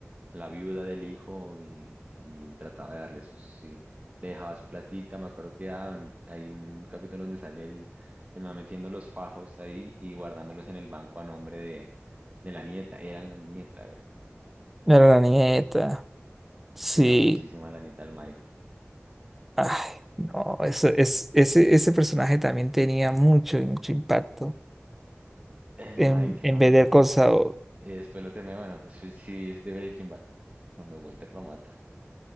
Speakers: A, on the right (about 35°); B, in the centre.
A: a la viuda del hijo y, y trataba de darle sus, sí, le dejaba su platica, me acuerdo que ah, en- hay un capítulo donde sale el, el man metiendo los fajos ahí y guardándolos en el banco a nombre de, de la nieta, era la nieta, güey.
B: Era la nieta. Sí.
A: Quería muchísimo a la nieta del Mike.
B: Ay, no, eso, es, ese, ese personaje también tenía mucho, mucho impacto
A: El
B: en,
A: Mike era
B: en
A: muy
B: Better
A: bacán.
B: Call Saul.
A: Y después lo terminé, bueno, eso sí es de Breaking Bad, ¿no? Cuando Walter lo mata,